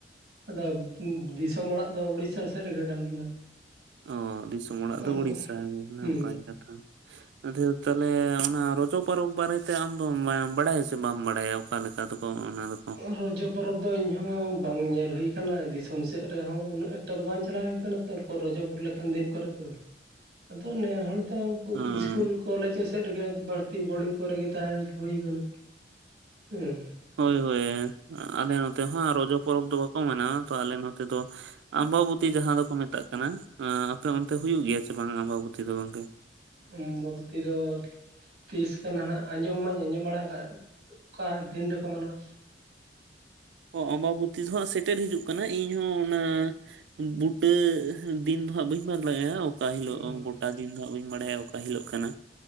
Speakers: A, on the right; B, on the right.
A: ᱟᱫᱚ ᱫᱤᱥᱚᱢ ᱚᱲᱟᱜ ᱫᱚ ᱩᱲᱤᱥᱥᱟ ᱥᱮᱫ ᱨᱮ ᱜᱮ ᱠᱟᱱ ᱛᱟᱦᱮᱱᱟ᱾
B: ᱚᱻ ᱫᱤᱥᱚᱢ ᱚᱲᱟᱜ ᱫᱚ
A: ᱟᱫᱚ
B: ᱩᱲᱤᱥᱥᱟ ᱜᱮ ᱱᱟᱯᱟᱭ
A: ᱦᱩᱸ
B: ᱠᱟᱛᱷᱟ᱾ ᱚᱱᱛᱮ ᱫᱚ ᱛᱟᱦᱞᱮ ᱚᱱᱟ ᱨᱚᱡᱚ ᱯᱚᱨᱚᱵᱽ ᱵᱟᱨᱮᱛᱮ ᱟᱢ ᱫᱚᱢ ᱵᱟᱲᱟᱭᱟ ᱥᱮ ᱵᱟᱢ ᱵᱟᱲᱟᱭᱟ᱾ ᱚᱠᱟ ᱞᱮᱠᱟ ᱫᱚ ᱠᱚ ᱚᱱᱟ ᱫᱚ
A: ᱚ ᱨᱚᱡᱚ ᱯᱚᱨᱚᱵᱽ ᱫᱚ ᱤᱧ ᱦᱚᱸ ᱵᱟᱝ ᱧᱮᱞ ᱦᱩᱭᱩ ᱟᱠᱟᱱᱟ, ᱫᱤᱥᱚᱢ ᱥᱮᱫ ᱨᱮᱦᱚᱸ ᱩᱱᱟᱹᱜ ᱮᱠᱴᱟ ᱫᱚ ᱵᱟᱝ ᱪᱟᱞᱟᱣ ᱦᱩᱭ ᱟᱠᱟᱱᱟ᱾ ᱛᱟᱯᱚᱨ ᱨᱚᱡᱚ ᱞᱮᱠᱟᱱ ᱫᱤᱱ ᱠᱚᱨᱮ ᱫᱚ ᱟᱫᱚ ᱚᱱᱮ ᱦᱚᱲ ᱫᱚ
B: ᱦᱮᱸ
A: ᱤᱥᱠᱩᱞ ᱠᱚᱞᱮᱡ ᱥᱮᱫ ᱨᱮ ᱜᱮ ᱵᱟᱲᱛᱤ ᱵᱳᱰᱤᱝ ᱠᱚᱨᱮᱜ ᱜᱮ ᱛᱟᱦᱮᱸ ᱦᱩᱭ ᱟᱠᱟᱱᱟ᱾ ᱦᱩᱸ
B: ᱦᱳᱭᱼᱦᱳᱭ ᱟᱞᱮ ᱱᱚᱛᱮ ᱦᱚᱸ ᱨᱚᱡᱚ ᱯᱚᱨᱚᱵᱽ ᱫᱚ ᱵᱟᱠᱚ ᱢᱟᱱᱟᱣᱟ ᱛᱚ ᱟᱞᱮ ᱱᱚᱛᱮ ᱫᱚ ᱟᱢᱵᱟᱵᱚᱛᱤ ᱡᱟᱦᱟᱸ ᱫᱚ ᱠᱚ ᱢᱮᱛᱟᱜ ᱠᱟᱱᱟ᱾ ᱟᱸ ᱟᱯᱮ ᱚᱱᱛᱮ ᱦᱩᱭᱩᱜ ᱜᱮᱭᱟ ᱥᱮ ᱵᱟᱝ ᱟᱢᱵᱟᱵᱚᱛᱤ ᱫᱚ ᱜᱚᱝᱠᱮ?
A: ᱚᱢᱵᱟᱵᱛᱤ ᱫᱚ ᱛᱤᱥ ᱠᱟᱱᱟ ᱱᱟᱦᱟᱜ ᱟᱸᱡᱚᱢ ᱢᱟᱧ ᱟᱸᱡᱚᱢ ᱵᱟᱲᱟ ᱟᱠᱟᱫ, ᱚᱠᱟ ᱫᱤᱱ ᱨᱮᱠᱚ ᱢᱟᱱᱟᱣᱟ᱾
B: ᱚ ᱚᱢᱵᱟᱵᱚᱛᱤ ᱫᱚ ᱦᱟᱜ ᱥᱮᱴᱮᱨ ᱦᱤᱡᱩᱜ ᱠᱟᱱᱟ ᱤᱧ ᱦᱚᱸ ᱚᱱᱟ ᱵᱩᱴᱟᱹ ᱫᱤᱱ ᱫᱚᱦᱟᱸᱜ ᱵᱟᱹᱧ ᱞᱟᱹᱭ ᱚᱠᱟ ᱦᱤᱞᱳ
A: ᱦᱩᱸ
B: ᱜᱚᱴᱟ ᱫᱤᱱ ᱫᱚ ᱵᱟᱹᱧ ᱵᱟᱲᱟᱭᱟ ᱚᱠᱟ ᱦᱤᱞᱳᱜ ᱠᱟᱱᱟ᱾